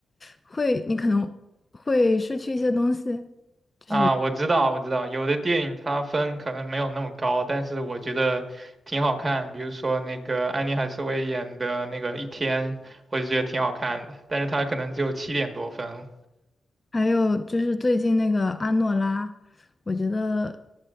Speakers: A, on the left; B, on the right.
A: 会，你可能会失去一些东西。就是
B: 啊，我知道，我知道，有的电影它分可能没有那么高，但是我觉得挺好看。比如说那个安妮海瑟薇演的那个《一天》，我就觉得挺好看的，但是它可能只有七点多分，
A: 还有就是最近那个阿诺拉，我觉得